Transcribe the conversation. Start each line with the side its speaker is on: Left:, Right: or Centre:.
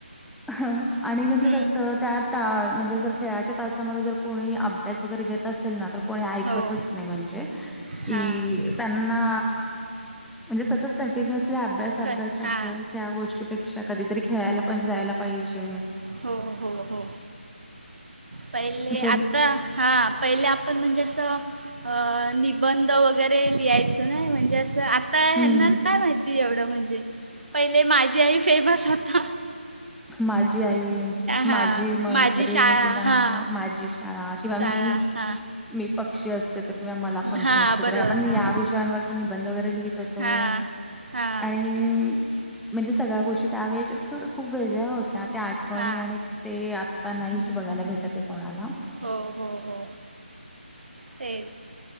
Centre: ह आणि म्हणजे
Right: हं,
Centre: कसं त्या त म्हणजे जर खेळाच्या तासामध्ये जर कोणी अभ्य भ्यास वगैरे घेत असेल ना, तर कोणी ऐकतच
Right: हो
Centre: नाही. म्हणजे कि
Right: हां
Centre: त्यांना म्हणजे सतत कंटिन्युअसली अभ्यास अभ्यास
Right: क हां
Centre: अभ्यास. त्या गोष्टीपेक्षा कधीतरी खेळायला पण जायला पाहिजे.
Right: हो हो हो. पहिले
Centre: असं
Right: आता हा, पहिले आपण म्हणजे असं निबंध वगैरे लिहायचो ना. म्हणजे असं आता
Centre: हम्म
Right: ह्यांना नाही माहित ती एवढं. म्हणजे पहिले 'माझी आई' फेमस होत.
Centre: माझी आई,
Right: हां
Centre: माझी मैत्रीण
Right: माझी शाळा
Centre: किंवा
Right: हां
Centre: माझी शाळा किंवा
Right: शाळा
Centre: मी
Right: हां
Centre: मी पक्षी असते तर किंवा 'मला पंख
Right: हां
Centre: असते
Right: बरोबर
Centre: तर' आपण
Right: हां
Centre: या विषयांवर पण निबंध वगैरे लिहित होतो.
Right: हां हां
Centre: आणि अं म्हणजे सगळ्या गोष्टी त्यावेळेच्या तर खूप वेगळ्या होत्या. त्या आठवणी
Right: हां
Centre: आणि ते आता नाहीच बघायला भेटत कोणाला.
Right: हो हो हो तेच.